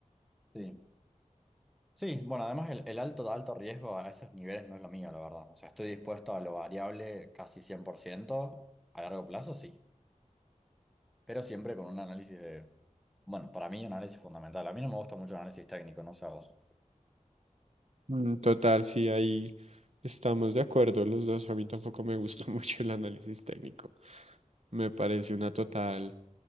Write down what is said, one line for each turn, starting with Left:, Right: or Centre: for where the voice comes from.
Centre: Sí. Sí, bueno, además el, el alto, alto riesgo a esos niveles no es lo mío, la verdad. O sea, estoy dispuesto a lo variable casi 100% a largo plazo sí, pero siempre con un análisis de, bueno, para mí un análisis fundamental. A mí no me gusta mucho el análisis técnico, no sé a vos.
Right: Mm, Total, sí, ahí estamos de acuerdo los dos. A mí tampoco me gusta <laughs> mucho el análisis técnico. Me parece una total,